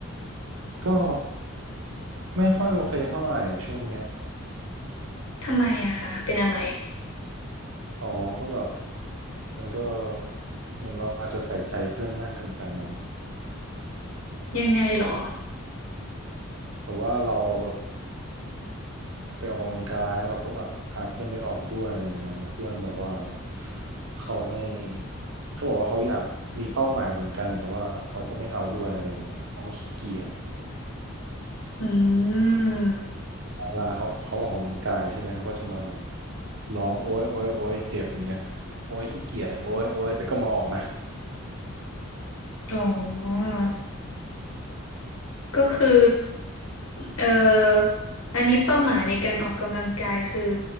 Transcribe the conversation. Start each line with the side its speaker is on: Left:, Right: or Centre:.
Right: ก็ไม่ค่อยโอเคเท่าไหร่อ่ะช่วงเนี้ย
Left: ทำไมอะคะเป็นอะไร
Right: อ๋อก็แบบมันก็เหมือนเราอาจจะใส่ใจเพื่อนมากเกินไปมั้ง
Left: ยังไงเหรอ
Right: แบบว่าเราแบบไปออกกำลังกายเราก็แบบพาเพื่อนไปออกด้วยอะไรเงี้ยแล้วเพื่อนแบบว่าเขาไม่เขาบอกว่าเขาอยากมีเป้าหมายเหมือนกันแต่ว่าเขาก็ไม่เอาด้วยอะไรเงี้ยเขาก็ขี้เกียจ
Left: อืม
Right: เวลาเขาเขาออกกำลังกายใช่ไหมเขาก็จะมาแบบร้องโอ๊ยโอ๊ยโอ๊ยเจ็บอย่างเงี้ยโอ๊ยขี้เกียจโอ๊ยโอ๊ยแต่ก็มาออกนะ
Left: อ๋อก็คือเอ่ออันนี้เป้าหมายในการออกกำลังกายคือ